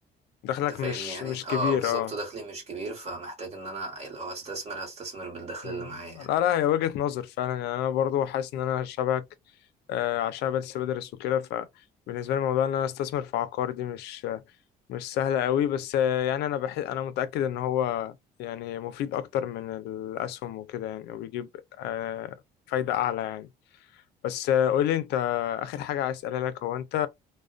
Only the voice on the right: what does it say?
تفاهمني
يعني
اه
آه، بالظبط
دخلي مش كبير فمحتاج ان انا لو هستثمر هستثمر بالدخل
اللي معايا يعني